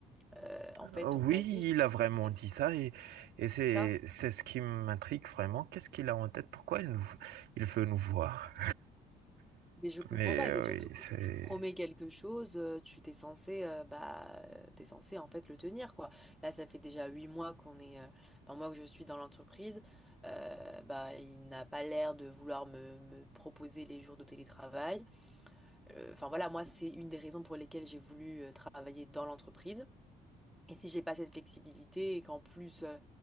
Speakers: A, in the centre; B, on the right.
A: Euh, en
B: Euh,
A: fait,
B: Oui,
A: on me l'a dit, je
B: il
A: me suis
B: a vraiment
A: dit, ok,
B: dit
A: c'est
B: ça et, et c'est,
A: c'est ça.
B: c'est ce qui m'intrigue vraiment. Qu'est-ce qu'il a en tête? Pourquoi il nous, il veut nous voir?
A: Mais je comprends
B: Mais
A: pas,
B: euh,
A: et c'est surtout
B: oui,
A: que
B: c'est...
A: si tu promets quelque chose, euh, tu t'es censé, euh, bah, euh, t'es censé en fait le tenir, quoi. Là, ça fait déjà huit mois qu'on est, euh, enfin moi que je suis dans l'entreprise, euh, bah, il n'a pas l'air de vouloir me, me proposer les jours de télétravail. Euh, Enfin voilà, moi, c'est une des raisons pour lesquelles j'ai voulu euh, travailler dans l'entreprise. Et si j'ai pas cette flexibilité et qu'en plus euh,